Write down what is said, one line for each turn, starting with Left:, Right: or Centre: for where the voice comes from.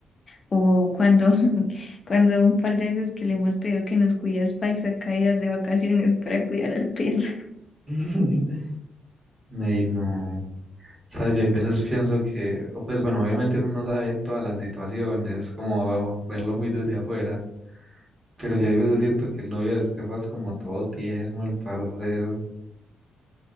Left: O cuando, <laughs> cuando un par de veces que le hemos pedido que nos cuide a Spike, saca días de vacaciones para cuidar al perro. <laughs>
Right: <laughs> Ey, no. Sabes, yo a veces pienso que, o pues bueno, obviamente uno no sabe todas las situaciones, como verlo muy desde afuera, pero yo a veces siento que el novio de Estefa es como todo tierno, el parcero.